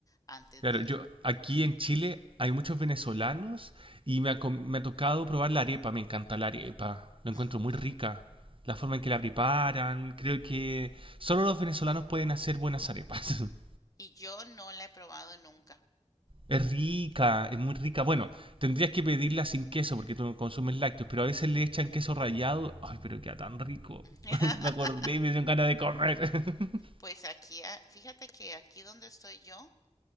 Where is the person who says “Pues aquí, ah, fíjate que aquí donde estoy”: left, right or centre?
Left